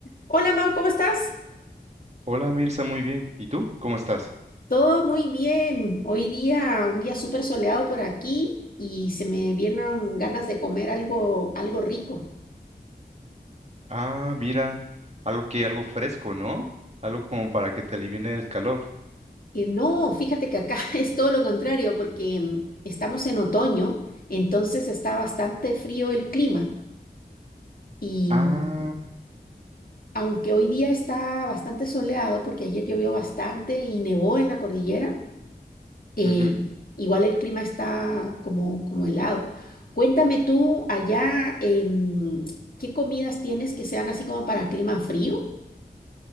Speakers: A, on the left (about 55°); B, on the right (about 40°).
A: Hola Mau, ¿cómo estás?
B: Hola Mirza, muy bien. ¿Y tú? ¿Cómo estás?
A: Todo muy bien. Hoy día, un día súper soleado por aquí y se me vieron ganas de comer algo, algo rico.
B: Ah, mira, algo que algo fresco, ¿no? Algo como para que te alivine el calor.
A: Y no, fíjate que acá <laughs> es todo lo contrario porque mm, estamos en otoño, entonces está bastante frío el clima. Y
B: Ah,
A: mm, aunque hoy día está bastante soleado porque ayer llovió bastante y nevó en la cordillera, Eh,
B: ujú.
A: igual el clima está como, como helado. Cuéntame tú allá, em, ¿qué comidas tienes que sean así como para clima frío?